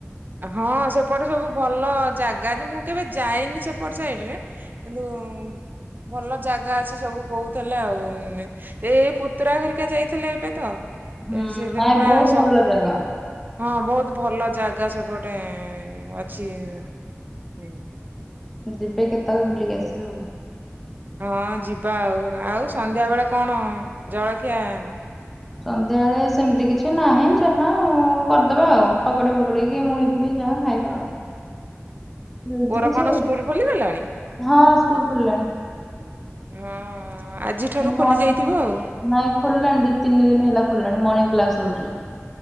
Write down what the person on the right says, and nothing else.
ହଁ ସେପଟ ସବୁ ଭଲ ଜାଗା ଯେ ମୁଁ କେବେ ଯାଇନି ସେପଟ ସାଇଡରେ। କିନ୍ତୁ ଭଲ ଜାଗା ଅଛି ସବୁ କହୁଥିଲେ ଆଉ ଏଇ ପୁତୁରା ଘରିକା ଯାଇଥିଲେ ଏବେ ତ?
ସେଦିନ
ପୁରା
ସ
<inaudible>
ହଁ ବହୁତ ଭଲ ଜା ଗା ସେପଟେ ଏ ଅଛି ହୁଁ।
ହଁ ଯିବା ଆଉ, ଆଉ ସନ୍ଧ୍ୟା ବେଳେ କଣ ଜଳଖିଆ?
ହଁ
ପୁଅର
କଣ ସ୍କୁଲ ଖୋଲିଗଲାଣି
<inaudible> ହଁ। ଆଜିଠାରୁ ଖୋଲି
ଯାଇଥିବ ଆଉ।